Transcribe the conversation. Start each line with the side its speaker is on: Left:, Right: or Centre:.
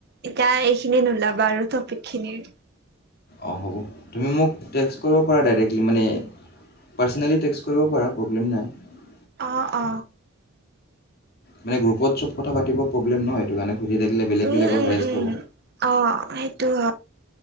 Right: এতিয়া এইখিনি নোলাবা আৰু টপিক খিনিৰ
Left: অঁ হ'ব তুমি মোক টেক্স কৰিব পৰা দাৰেক। মানে পাৰ্চনেলি টেক্স কৰিব পৰা প্ৰব্লেম নাই।
Right: অ অ
Left: মানে গ্ৰুপত চব কথা পাতিৰ প্ৰব্লেম নয় সেইটো কাৰণে সুধি থাকিলে বেলেগ
Right: উম
Left: বেলেগৰ
Right: উম
Left: হেৰেষ্ট
Right: উম
Left: হ'ব
Right: অ সেইটো হয়।